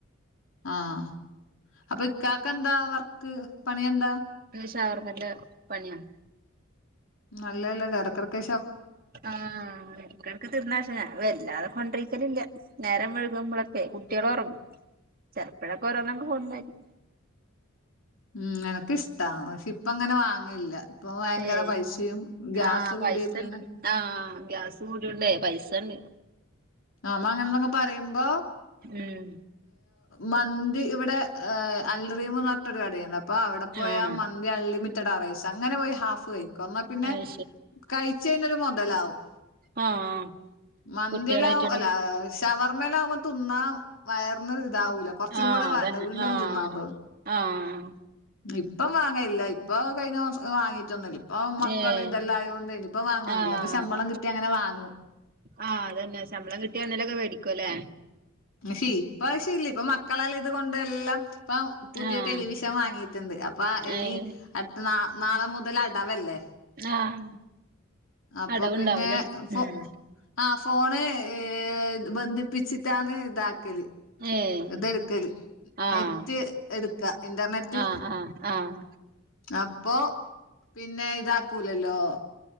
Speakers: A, on the left; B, on the right.
A: ആഹ അപ്പൊ ഇ കാക്ക എന്താ വർക്ക് പണിയെന്താ
B: നോർമല് പണിആണ്
A: നല്ലല്ലേ എടക്കടക്ക്
B: ആഎടക്ക് എടക്ക് തീർന്നാശം ഞാൻ വല്ലാതെ കൊണ്ടിരിക്കലില്ല നേരം വെഴുകുമ്പോളൊക്കെ കുട്ടെള് ഉറങ്ങും ചെലപ്പയൊക്കെ ഓരോന്നക്ക കോടുന്നയിും
A: ഉം എനക്ക് ഇഷ്ട പക്ഷെ ഇപ്പ അങ്ങനെ വാങ്ങല്ല ഇപ്പൊ ഭയങ്കര
B: ഏഹ്
A: പൈസയും ഗ്യാസ്
B: ആഹ്
A: കൂടി
B: പൈസ
A: പിന്നെ
B: ഉണ്ട് ആഹ് ഗ്യാസ് കൂടിണ്ടേ പൈസന്ന
A: ആമ്മ അങ്ങനെന്നൊക്ക പറയുമ്പോ
B: ഉം
A: മന്തി ഇവിടെ ആാാ അൽറീമന്നട്ടരു കടയുണ്ട് അപ്പോൊ അവിടെ പോയ
B: ആഹ്
A: മന്തി അൾ ലിമിറ്റ് ത്തട റൈസ് അങ്ങനെ പോയി ഹാഫ് കഴിക്കും എന്നാ പിന്നെ
B: അത്
A: കഴിചെന്നൊരു മോതലാകും
B: ആഹ
A: മന്തിയെല്ലാവും
B: കുട്ടികളായിറ്റ്
A: അല്ല ഷവർമേല ആകുമ്പോ തിുന്നാ വയറിന് ഇതാവൂല കുറച്ചും
B: ആഹ്
A: കൂടെ
B: അതന്നെ
A: വേണ്ട വീണ്ടും
B: ആഹ്
A: തിന്നാതോ
B: ആഹ്
A: ഇപ്പം വാങ്ങല്ല ഇപ്പൊ കഴിഞ്ഞ വാങ്ങീട്ടൊന്നല്ല ഇപ്പൊ മക്കൾ
B: ഏഹ്
A: ഇതല്ലാം ആയത കൊണ്ട് ഇനിയിപ്പൊ വാങ്ങുവൊ ന്നില്ലഅങ്ങ്
B: ആഹ്
A: ശമ്പളം കിട്ടി അങ്ങനെ വാങ്ങും
B: ആഹ് അതന്നെ ശമ്പളം കിട്ടിയാഎന്തോലൊക്കെ വേടിക്കുംല്ലേ
A: നഷി ഇപ്പ ശി ഇല്ല ഇപ്പ മക്കളല്ല ഇത് കൊണ്ട് എല്ലാം ഇപ്പം പുതിയ
B: ആഹ്
A: ടെലിവിഷൻ വാങ്ങിയിട്ടുണ്ട് അപ്പ ഇനി
B: ഏഹ്
A: അടുത്ത നാ നാളെ മുതൽ അടവല്ലേ
B: ആഹ്
A: അപ്പൊ
B: അടവുണ്ടാവുല്ലേ
A: പിന്നെ ഫോ
B: ഉം
A: ആ ഫോണ് ഏ ബന്ധിപ്പിച്ചിട്ടാണ് ഇതാക്കല്
B: ഏഹ്
A: ഇതെടുക്കല്
B: ആഹ്
A: നെറ്റ് എടുക്കാ ഇന്റർനെറ്റ്
B: ആഹ് ആഹ് ആഹ്
A: അപ്പൊ പിന്നെ ഇതാക്കൂലല്ലോ